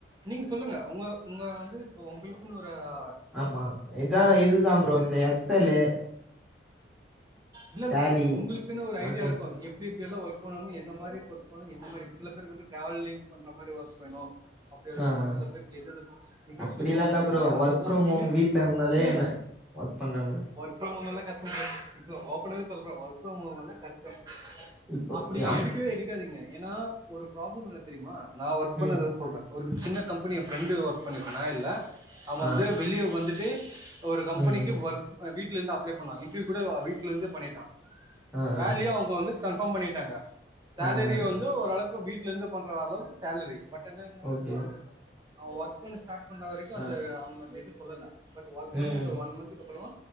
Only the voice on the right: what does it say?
நீங்க சொல்லுங்க உங்க உங்க வந்து இப்ப உங்ளுக்குனு ஒரு அ
இல்லல்ல
உங்ளுக்குனு ஒரு
ஐடியா இருக்கு எப் எப்டி எப்டி எல்லா ஒர்க் வேணு எந்த மாரி ஒர்க் வேணு எந்த மாரி சில பேருக்கு வந்து ட்ராவ்லிங் பண்ற மாரி ஒர்க் வேணு அப்டி இருக்கு
சில பேருக்கு எதெது இன்ட்ரெஸ்ட்
இருக்கு
இருக்கு
இல்லயா அத
எல்லாத்தியுமே
இல்லல்ல
ஒர்க் ஃப்ரம் ஹோம் எல்லா கஷ்டோ ப்ரோ ஓப்பனாவே சொல்ற ஒர்க் ஃப்ரம் ஹோம்னாலே கஷ்டோ
அப்டி
எடுக்கவே எடுக்காதீங்க ஏனா ஒரு ப்ராப்ளம் என்ன தெரியுமா நா ஒர்க்
பண்ணத வச் சொல்ற ஒரு சின்ன கம்பனி ஏ ஃப்ரெண்டு ஒர்க் பண்ணி நா இல்ல அவே
வந்து வெளிய வந்துட்டு ஒரு கம்பனிக்கு
ஒர்க் அ வீட்லேந்து அப்லே பண்ணா இ ன்ட்ரியூ கூட வீட்லேருந்தே பண்ணிட்டா
வேலயு
அவுங்க வந்து கன்ஃபார்ம் பண்ணிடாங்க சேலரி
வந்து ஓரளக்கு வீட்லேருந்து பண்ற அளவுக்கு சேலரி பட் என்ன என்ன
தெரிமா அவ ஒர்க் பண்ண ஸ்டார்ட் பண்ற வரிக்கு
அந்த அவுங்க அந்த இத சொல்லல பட் ஒர்க்
பண்ணி அந்த ஒன் மந்த்க்கு அப் ப்ரோ